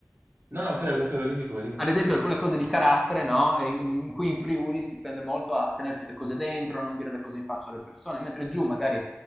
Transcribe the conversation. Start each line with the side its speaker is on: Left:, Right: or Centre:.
Right: No, no, prego, prego, dimmi pure, dimmi
Centre: ad
Right: pure.
Centre: esempio alcune cose di carattere, no? E, mm, qui in Friuli si tende molto a tenersi le cose dentro, a non dire le cose in faccia alle persone, mentre giù magari,